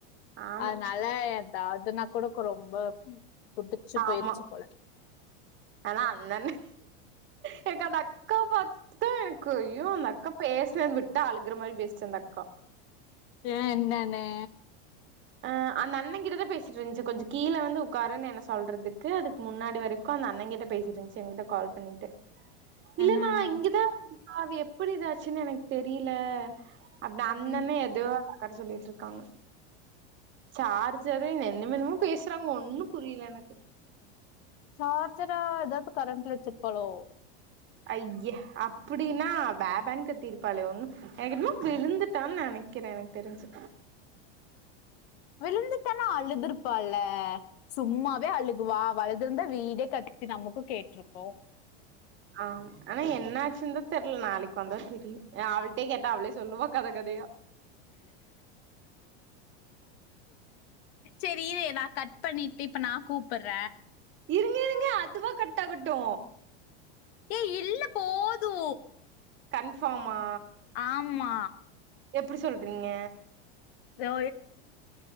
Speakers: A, on the right (about 35°); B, on the left (about 65°).
A: ஆமா
B: அதுனாலா எதாதுனா குடுக்கு ரொம்ப புடிச்சு
A: ஆமா
B: போயிருச்சு போல
A: ஆனா அந்தண்ணே எனக்கு அந்தக்கா பாத் துட்டு க்கு ஐயோ அந்தக்கா பேசலேன் விட்டா அழுகுற மாரி பேசுச்சு அந்தக்கா
B: ஏ என்னனு
A: ஆ அந்தண்ணே கிட்டதா பேசிட்ருந்துச்சு கொஞ்சோ கீழ வந்து ஒக்காருன் என்ன சொல்றதுக்கு அதுக்கு முன்னாடி வரை க்கு அந்தண்ணே கிட்ட பேசிட்ருந்துச்சு எ கிட்ட கால் பண்ணிட்டு இல்ல
B: என்னன்னு
A: நா இங்கதா அது எப்டி இதாச்சுன் எனக்கு தெரில அப்டி அந்தண்ணே
B: ம்
A: எதுவோ அந்தக்காட்ட சொல்லிட்ருக்காங்க சார்ஜரு என்ன என்னமோ பேசுறாங்க ஒண்ணு புரில எனக்கு
B: சார்ஜரா எதா ப்ப கரண்ட்ல வச்சுருப்பாலோ
A: அய்ய அப்டின்னா பே பே கத்திருப்பாளே ஒண்ணு எனக்கென்னமோ விழுந்துட்டான் நெனை க்கிறே எனக்கு தெரிஞ்சு
B: விழுந்துட்டானா அழுதுருப்பால சும்மாவே அழுகுவா அவழுதுருந்த வீடே கத்தி நமக்கு கேட்ருக்கு
A: ஆம் ஆனா என்ன ஆச்சுன்தா தெர்ல நாளைக்கு வந்தா தெரியு ஏ அவள்ட்டே கேட்டா அவளே சொல்லுவா கத கதயா
B: சேரி இரு நா கட் பண்ணிட்டு இப்ப நா கூப்புற
A: இருங்க இருங்க அதுவா கட்டாகட்டு
B: ஏ இல்ல போது
A: கன்ஃபார்மா
B: ஆமா
A: எப்டி சொல்றீங்க
B: தோ